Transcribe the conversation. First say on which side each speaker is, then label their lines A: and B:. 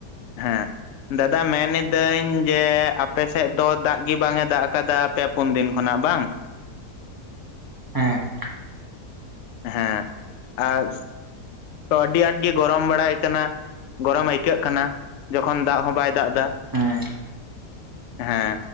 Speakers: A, on the left; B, on the right.
A: ᱦᱮᱸ ᱫᱟᱼᱼ ᱫᱟ ᱢᱮᱱ ᱱᱤᱫᱟᱹᱧ ᱡᱮ ᱟᱯᱮ ᱥᱮᱜ ᱫᱚ ᱫᱟᱜ ᱜᱤ ᱵᱟᱝᱮ ᱫᱟᱜ ᱟᱠᱟᱫᱟ ᱯᱮ ᱯᱩᱱ ᱫᱤᱱ ᱠᱷᱚᱱᱟᱜ ᱵᱟᱝ?
B: ᱦᱮᱸ ᱦᱮᱸ᱾
A: ᱦᱮᱸ ᱟᱨᱼᱼ ᱛᱚ ᱟᱹᱰᱤ ᱟᱸᱴ ᱜᱮ ᱜᱚᱨᱚᱢ ᱵᱟᱲᱟᱭ ᱠᱟᱱᱟ ᱜᱚᱨᱚᱢ ᱟᱹᱭᱠᱟᱹᱜ ᱠᱟᱱᱟ ᱡᱚᱠᱷᱚᱱ ᱫᱟᱜ ᱦᱚᱸ ᱵᱟᱭᱼᱼ ᱫᱟᱜ ᱫᱟ,
B: ᱦᱮᱸ
A: ᱦᱮᱸ